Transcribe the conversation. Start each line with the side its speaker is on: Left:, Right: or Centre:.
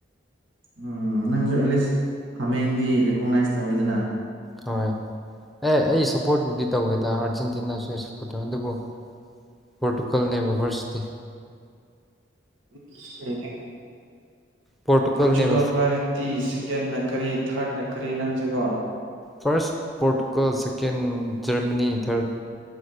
Right: ꯎꯝ ꯅꯪꯁꯨ ꯑꯦꯠꯂꯤꯁ ꯍꯥꯃꯦꯡꯗꯤ ꯔꯤꯀꯣꯛꯅꯥꯏꯁ ꯇꯧꯋꯦꯗꯅ
Centre: ꯍꯣꯏ ꯑꯦ ꯑꯩ ꯁꯞꯄꯣꯔꯠꯄꯨꯗꯤ ꯇꯧꯋꯦꯗ ꯑꯥꯔꯖꯦꯟꯇꯤꯅꯥꯁꯨ ꯑꯩ ꯁꯞꯄꯣꯔꯠ ꯇꯧꯋꯦ ꯑꯗꯨꯕꯨ ꯄꯣꯔꯇꯨꯒꯜꯅꯦꯕ ꯚꯔꯁꯇꯤ
Right: <unintelligible> ꯁꯦꯡꯉꯦ
Centre: ꯄꯣꯔꯇꯨꯒꯜꯅꯦꯕ
Right: ꯄꯣꯔꯆꯨꯒꯜ ꯄꯥꯏꯔꯗꯤ ꯁꯦꯀꯦꯟꯅ ꯀꯔꯤ ꯊ꯭ꯔꯠꯅ ꯀꯔꯤ ꯅꯪꯁꯦꯀꯣ
Centre: ꯐꯥꯔꯁ ꯄꯣꯔꯇꯨꯒꯜ ꯁꯦꯀꯦꯟ ꯖꯔꯃꯅꯤ ꯊ꯭ꯔꯠ